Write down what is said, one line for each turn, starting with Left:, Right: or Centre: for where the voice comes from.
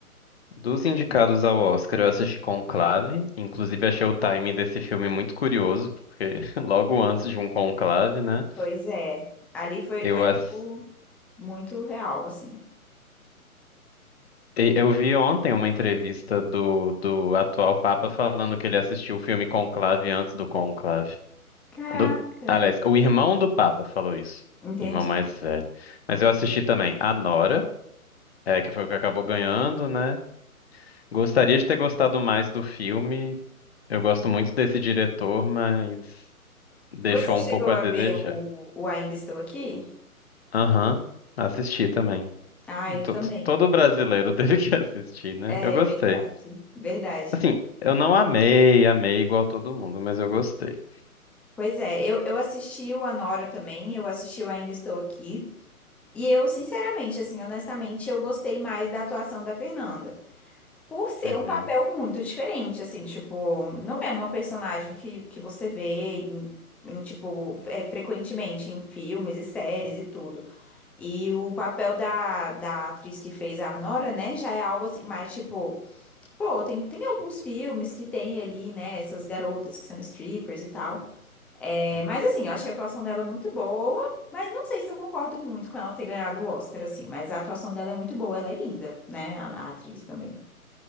Left: Dos indicados ao Oscar, eu assisti Conclave. Inclusive, achei o timing desse filme muito curioso, porque <laughs> logo antes de um conclave, né?
Centre: Pois é, ali foi
Left: Eu
Centre: foi tipo
Left: assisti.
Centre: muito real assim.
Left: E- Eu vi ontem uma entrevista do, do atual Papa falando que ele assistiu o filme Conclave antes do Conclave.
Centre: Caraca,
Left: Do, aliás, o irmão do Papa falou isso,
Centre: entendi.
Left: irmão mais velho. Mas eu assisti também A Nora, é, que foi o que acabou ganhando, né? Gostaria de ter gostado mais do filme. Eu gosto muito desse diretor, mas deixou
Centre: Você chegou
Left: um pouco a
Centre: a
Left: desejar.
Centre: ver o, o Ainda Estou Aqui?
Left: Aham, assisti também.
Centre: Ah, eu
Left: To-
Centre: também.
Left: Todo brasileiro teve que <laughs> assistir, né?
Centre: É
Left: Eu gostei.
Centre: verdade, verdade.
Left: Assim, eu não amei, amei igual todo mundo, mas eu gostei.
Centre: Pois é, eu, eu assisti o Anora também, eu assisti o Ainda Estou Aqui, e eu, sinceramente, assim, honestamente, eu gostei mais da atuação da Fernanda. Por ser
Left: Uhum.
Centre: um papel muito diferente, assim, tipo, não é uma personagem que, que você vê em, em, tipo, é, frequentemente em filmes e séries e tudo. E o papel da, da atriz que fez a Anora, né, já é algo assim, mais tipo. Pô, tem, tem alguns filmes que tem ali, né, essas garotas que são strippers e tal. É,
Left: Uhum.
Centre: mas assim, eu achei a atuação dela muito boa, mas não sei se eu concordo muito com ela ter ganhado o Oscar, assim, mas a atuação dela é muito boa, ela é linda, né? A, a atriz também.